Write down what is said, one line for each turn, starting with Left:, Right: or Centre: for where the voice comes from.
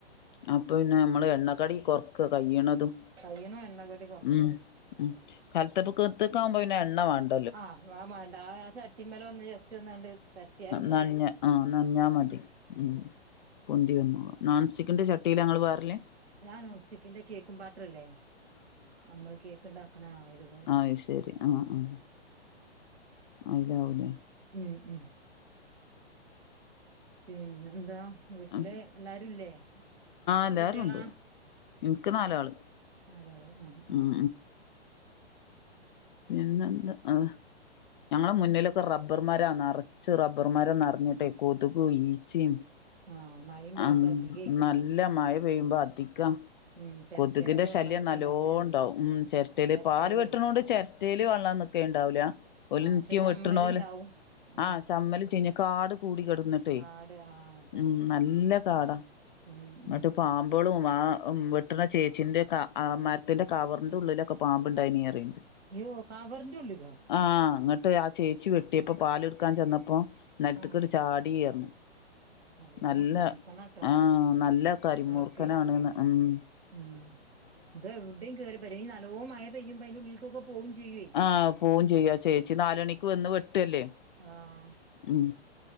Left: അപ്പൊ പിന്നെ നമ്മള് എണ്ണ കടി കൊറക്ക കയ്യണതും
Right: കയ്യ്ണ എണ്ണക്കടി കൊറക്ക
Left: ഉം ഉം കലത്തപ്പത്തക്കവുമ്പോ പിന്നെ എണ്ണമാ -
Right: ആഹ് വ മാണ്ട ആ ചട്ടിമ്മലൊന്ന് ജസ്റ്റ് ന്നണ്ട് പരറ്റിയാലും
Left: നഞ ആ നഞാ മതി ഉം പോന്തി വന്നോളും നോൺസ്റ്റിക്കിന്റെ ചട്ടിലാ ങ്ങള് പാരല്
Right: ഞാൻ നോൺസ്റ്റിക്കിന്റെ കേക്കും പാത്രല്ലേ നമ്മള് കേക്ക്ണ്ടാക്കണ അയില് പാരും
Left: ആയിശരി ആഹ് ആഹ് അയിലാവും ലെ
Right: ഉം ഉം പിന്നെന്താ വീട്ടില്
Left: ആഹ്
Right: എല്ലാരുംല്ലേ എത്ര
Left: എല്ലാരും
Right: കുട്ട്യാളാ
Left: ഉണ്ട് ഇൻക്ക് നാലാള്
Right: നാലാള് ആഹ് ആഹ്
Left: ഉം പിന്നെന്ത ആഹ് ങ്ങളെ മുന്നിലൊക്കെ റബ്ബർമാരാ നറച്ച് റബ്ബർ മരം നറഞ്ഞിട്ടെ കൊതുകും ഈച്ചിം
Right: ആഹ് മഴയും പെയ്യുമ്പോ
Left: അം
Right: അധികേക്കാരം
Left: നല്ല മഴ പെയ്യുമ്പോ അധികാ
Right: ഉം ചെരട്ടയിലൊക്കെ
Left: കൊതുകിന്റെ
Right: വെള്ളം
Left: ശല്യം
Right: നിക്ക്ണ്ടാവൂലേ
Left: നല്ലോണ്ടാവും ഉം ചെര്ട്ടേൽ
Right: ചെരട്ടേലേ
Left: പാല് വെട്ടണോണ്ട് ചര റ്റേല് വെള്ളംനിക്കെണ്ടാവൂല ഓൽ
Right: ആഹ്
Left: നിത്യം
Right: പക്ഷെ ചമ്മല്ണ്ടാവും
Left: വെട്ടണോല്
Right: ഉം
Left: ആഹ് ചമ്മല് ചീഞ്ഞ കാട് കൂടി കടന്നിട്ടേ
Right: കാട് ആഹ് അതന്നെ
Left: ഉം നല്ല കാടാ ന്നട്ട്
Right: ഉം ഉം
Left: പാ ഇപ്പോളും ആ വെട്ട്ണ ചേച്ചിന്റെ മരത്തിന്റെ കവറിന്റെ ഉള്ളിലൊക്കെ പാമ്പ ഇണ്ടായീന്ന് പറീണ്ട്
Right: യോ കവറിന്റെ ഉള്ളിലോ
Left: ആഹ് ന്നിട്ട് ആ ചേച്ചി വെട്ടിയപ്പൊ പാൽ എടുക്കാൻ ചെന്നപ്പോ നെലത്ത്ക്ക്ണ്ട്
Right: ആഹ്
Left: ചാടി ർഞ്ഞ്
Right: നല്ലോം
Left: നല്ല
Right: ശ്രദ്ധിക്കണട്ടോ
Left: ആ നല്ല
Right: മക്കളൊക്കെ
Left: കരിമൂർക്കനാണ്ന്ന് മ്മ്
Right: ഉം ഇതെ എവിടെയും കേയറി പെരകും ഇതേയ് നല്ലോ മഴ പെയ്യുമ്പോ അന്റെ ഉള്ളിൽക്കൊക്കെ പോവും ചെയ്യോ
Left: ആഹ് പോവും ചെയ്യും ആ ചേച്ചി നാല് മണിക്ക് വന്ന് വെട്ടല്ലേ
Right: ആഹ്
Left: ഉം